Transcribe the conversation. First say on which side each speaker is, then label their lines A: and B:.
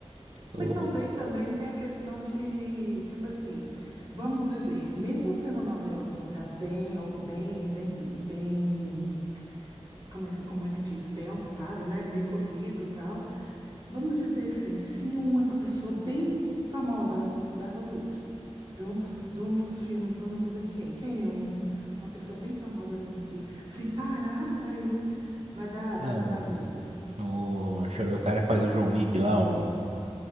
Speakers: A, on the right; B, on the right.
A: Mas
B: O,
A: talvez também tenha a questão de, tipo assim, vamos dizer, mesmo sendo Nova York um lugar bem, bem, bem, bi- bem, como é que, como é que diz? Bem ocupado, né? Meio corrido e tal. Vamos dizer assim, se uma pessoa bem famosa da Hollywood, de, uns- de um dos filmes, vamos dizer quem? Quem é um- uma pessoa bem famosa assim que se parar vai, vai dar, vai
B: ah,
A: dar
B: o,
A: bagunça.
B: o- deixa eu ver o cara que faz o John Wick lá, o.